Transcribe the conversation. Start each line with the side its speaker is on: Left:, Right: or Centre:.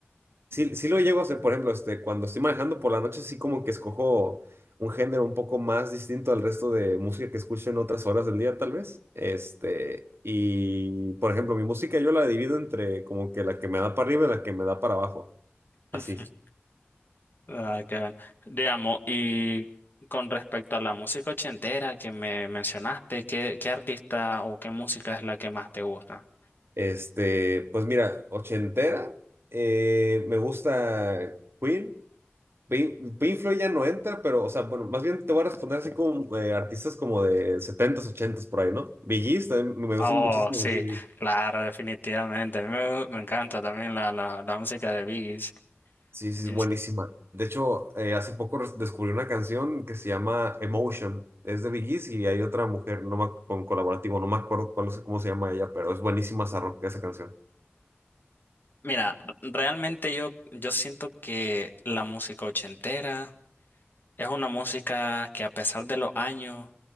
Right: Sí, sí lo llego a hacer, por ejemplo, este, cuando estoy manejando por la noche, sí como que escojo un género un poco más distinto al resto de música que escucho en otras horas del día, tal vez. Este, y por ejemplo, mi música yo la divido entre como que la que me da para arriba y la que me da para abajo. Así.
Left: <laughs> Ah, qué bien. Digamos, y con respecto a la música ochentera que me mencionaste, ¿qué, qué artista o qué música es la que más te gusta?
Right: Este, pues mira, ochentera, eh, me gusta Queen. Pink, Pink Floyd ya no entra, pero, o sea, bueno, más bien te voy a responder así como eh, artistas como de setentas ochentas por ahí, ¿no? Bee Gees, también me gusta
Left: Oh,
Right: muchísimo
Left: sí,
Right: de Bee Gees.
Left: claro, definitivamente. A mí me, me encanta también la, la, la música de Biggie.
Right: Sí, sí,
Left: Yes.
Right: es buenísima. De hecho, eh, hace poco res- descubrí una canción que se llama Emotion. Es de Bee Gees y hay otra mujer no me con colaborativo, no me acuerdo cuál, es- cómo se llama ella, pero es buenísima esa, ro- esa canción.
Left: Mira, realmente yo, yo siento que la música ochentera es una música que a pesar de los años